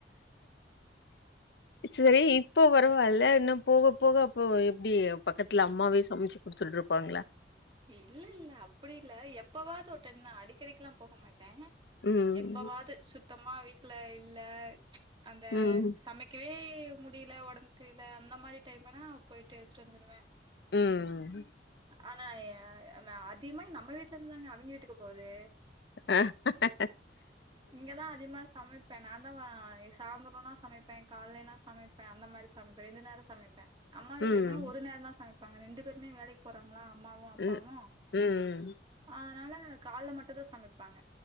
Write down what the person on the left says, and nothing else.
செரி இப்போ வருவால்ல இன்னு போக போக அப்போ எப்டி பக்கத்துல அம்மாவே சமச்சு குடுத்துட்ருப்பாங்ளா
ம்
ம்
ம்
ஹா ஹா
ம்
ம் ம்